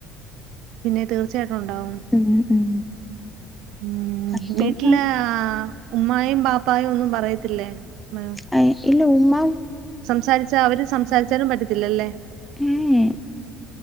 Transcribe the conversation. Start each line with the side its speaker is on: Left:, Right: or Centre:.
Right: പിന്നെ തീർച്ചയായിട്ടും ഉണ്ടാവും.
Centre: ഉം ഉം
Right: ഉം
Centre: അപ്പം
Right: വീട്ടിലെ
Centre: ഞാൻ
Right: ആ ഉമ്മായും ബാപ്പായും ഒന്നും പറയത്തില്ലേ മേ
Centre: ഏഹ് ഇല്ല ഉമ്മാ
Right: സംസാരിച്ച അവര് സംസാരിച്ചാലും പറ്റത്തില്ലല്ലേ
Centre: ഏഎ